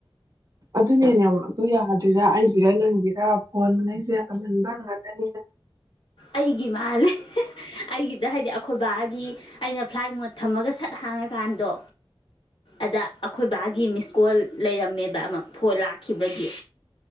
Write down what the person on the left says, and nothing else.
ꯑꯩꯒꯤ ꯃꯥꯜꯂꯦ ꯑꯩꯒꯤꯗ ꯍꯥꯏꯗꯤ ꯑꯩꯈꯣꯏꯕꯥꯒꯤ ꯑꯩꯅ ꯐ꯭ꯂꯥꯏꯠ ꯃꯣꯠ ꯊꯝꯃꯒ ꯁꯠ ꯍꯥꯡꯉꯀꯥꯟꯗꯣ ꯑꯗ ꯑꯩꯈꯣꯏ ꯕꯥꯒꯤ ꯃꯤꯁ ꯀꯣꯜ ꯂꯩꯔꯝꯃꯦꯕ ꯑꯃ ꯐꯣꯟ ꯂꯥꯛꯈꯤꯕꯒꯤ